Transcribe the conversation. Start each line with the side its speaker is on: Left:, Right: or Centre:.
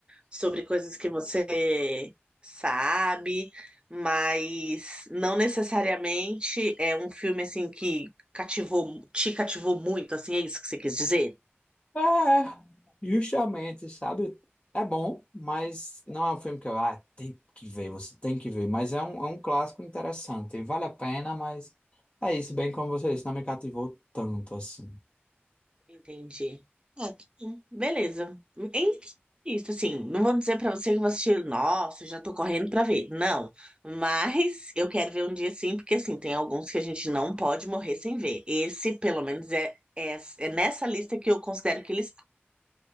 Right: sobre coisas que você sabe, mas não necessariamente é um filme assim que cativou, te cativou muito, assim, é isso que você quis dizer?
Left: É, justamente, sabe? É bom, mas não é um filme que eu, ah, tem que ver, você tem que ver. Mas é um, é um clássico interessante, vale a pena, mas é isso, bem como você disse, não me cativou tanto assim.
Right: Entendi. Ah, tá bom. beleza. Em- Isso, assim, não vou dizer pra você que eu vou assistir, nossa, já tô correndo pra ver. Não, mas eu quero ver um dia sim, porque assim, tem alguns que a gente não pode morrer sem ver. Esse, pelo menos, é, é, é nessa lista que eu considero que eles.